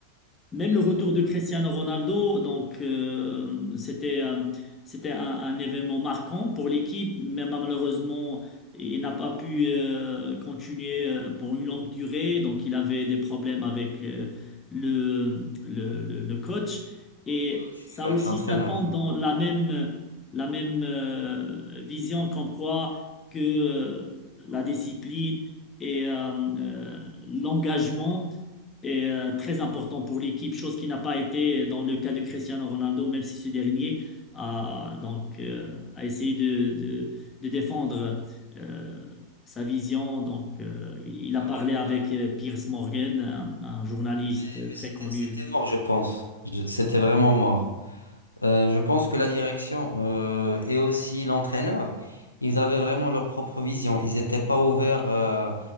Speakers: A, on the left (about 20°); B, on the left (about 80°).
A: Même
B: Ils
A: le retour
B: ont, euh,
A: de Cristiano Ronaldo, donc euh, c'était euh, c'était un, un événement marquant pour l'équipe, mais malheureusement il n'a pas pu euh, continuer euh, pour une longue durée, donc il avait des problèmes avec euh, le, le, le- le coach et
B: le coach,
A: ça
B: oui, avec
A: aussi
B: l'entraîneur.
A: ça tombe dans la même la même euh, vision comme quoi que euh, la discipline et euh, euh, l'engagement et euh, très important pour l'équipe, chose qui n'a pas été dans le cas de Cristiano Ronaldo, même si ce dernier a, donc, euh, a essayé de, de, de défendre euh, sa vision. Donc, euh, il
B: Bah
A: a parlé
B: oui,
A: avec
B: euh,
A: euh, Piers Morgan, un, un journaliste
B: Mais,
A: euh,
B: mais
A: très
B: c'était,
A: connu.
B: c'était mort, je pense. Je- C'était vraiment mort. Euh, je pense que la direction euh, et aussi l'entraîneur, ils avaient vraiment leur propre vision. Ils n'étaient pas ouverts euh,